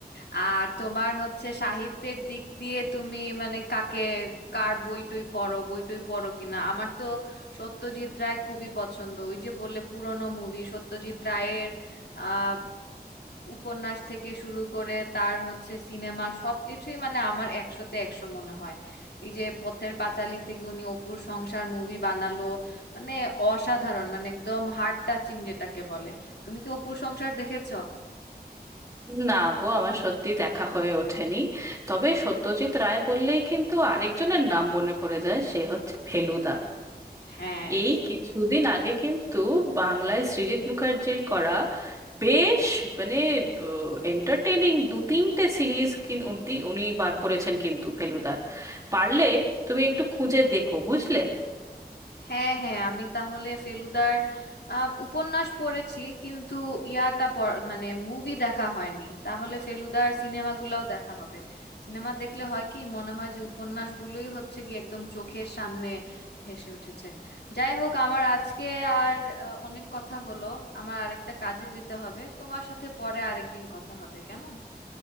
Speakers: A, on the left (about 80°); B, on the right (about 20°).
A: আর তোমার হচ্ছে সাহিত্যের দিক দিয়ে তুমি মানে কাকে কার বই টই পড়ো বই টই পড়ো কিনা আমার তো সত্যজিৎ রায় খুবই পছন্দ ওই যে বললে পুরনো মুভি সত্যজিৎ রায়ের আহ উপন্যাস থেকে শুরু করে তার হচ্ছে সিনেমা সবকিছুই মানে আমার একশোতে একশো মনে হয় এই যে পথের পাঁচালী থেকে উনি অপুর সংসার মুভি বানালো মানে অসাধারণ মানে একদম হার্ট টাচিং যেটাকে বলে তুমি কি অপুর সংসার দেখেছো
B: না গো আমার সত্যি দেখা হয়ে ওঠেনি তবে সত্যজিৎ রায় বললেই কিন্তু আরেকজনের নাম মনে পড়ে যায় সে হচ্ছে ফেলুদা
A: হ্যাঁ
B: এই কিছুদিন আগে কিন্তু বাংলায় সৃজিত মুখার্জির করা বেশ মানে এন্টারটেইনিং দু তিনটে সিরিজ উনি উনি বার করেছেন কিন্তু ফেলুদার পারলে তুমি একটু খুঁজে দেখো বুঝলে
A: হ্যাঁ হ্যাঁ আমি তাহলে ফেলুদার আহ, উপন্যাস পড়েছি কিন্তু ইয়াটা পড়- মানে মুভি দেখা হয়নি তাহলে ফেলুদার সিনেমাগুলোও দেখা হবে সিনেমা দেখলে হয় কি মনে হয় যে উপন্যাসগুলোই হচ্ছে কি একদম চোখের সামনে ভেসে উঠেছে যাই হোক আমার আজকে আর আহ, অনেক কথা হলো আমার আরেকটা কাজে যেতে হবে তোমার সাথে পরে আরেকদিন কথা হবে কেমন